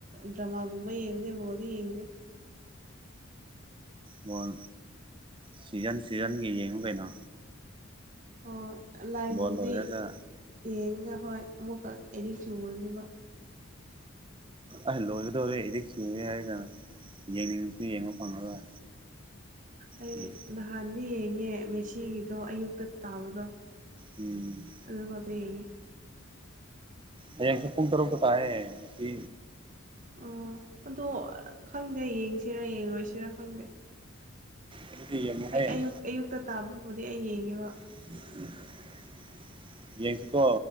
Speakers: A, on the right; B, on the right.
A: ꯗ꯭ꯔꯃꯥꯒꯨꯝꯕꯗꯤ ꯌꯦꯡꯕꯅꯦ ꯚꯣꯜꯗꯤ ꯌꯦꯡꯉꯗꯦ
B: ꯃꯣꯟ ꯁꯤꯖꯟ ꯁꯤꯖꯟꯒꯤ ꯌꯦꯡꯉꯨ ꯀꯩꯅꯣ
A: ꯑꯣ ꯂꯥꯏꯕꯨꯗꯤ
B: ꯕꯣꯜ ꯂꯣꯏꯔꯒ
A: ꯌꯦꯡꯒ ꯍꯣꯏ ꯑꯃꯨꯛꯀ ꯑꯦꯗꯤ ꯆꯨꯔꯅꯤꯕ
B: ꯑ ꯂꯣꯏꯒꯗꯧꯔ ꯑꯦꯛꯗꯤꯛ ꯆꯨꯅꯤ ꯍꯥꯏꯔꯒ ꯌꯦꯡꯅꯤꯡꯉꯁꯨ ꯌꯦꯡꯕ ꯐꯪꯉꯔꯣꯏ
A: ꯑꯩ
B: ꯎꯝ
A: ꯅꯍꯥꯟꯗꯤ ꯌꯦꯡꯉꯦ ꯃꯦꯁꯤꯒꯤꯗꯣ ꯑꯌꯨꯛꯇ ꯇꯥꯕꯗꯣ
B: ꯎꯝ
A: ꯑꯗꯨ ꯐꯥꯎꯕ ꯌꯡꯑꯦ
B: ꯍꯌꯦꯡꯁꯨ ꯄꯨꯡ ꯇꯔꯨꯛꯇ ꯇꯥꯛꯑꯦ‌ ꯉꯁꯤ
A: ꯑꯣ ꯑꯗꯣ ꯈꯪꯗꯦ ꯌꯦꯡꯁꯤꯔꯥ ꯌꯦꯡꯉꯣꯏꯁꯤꯔ ꯈꯪꯗꯦ
B: ꯑꯗꯨꯗꯤ ꯌꯦꯡꯉꯨꯍꯦ
A: ꯑꯩ ꯑꯌꯨꯛ ꯑꯌꯨꯛꯇ ꯇꯥꯕꯕꯨꯗꯤ ꯑꯩ ꯌꯦꯡꯉꯦꯕ
B: ꯑ <unintelligible> ꯌꯦꯁꯤꯀꯣ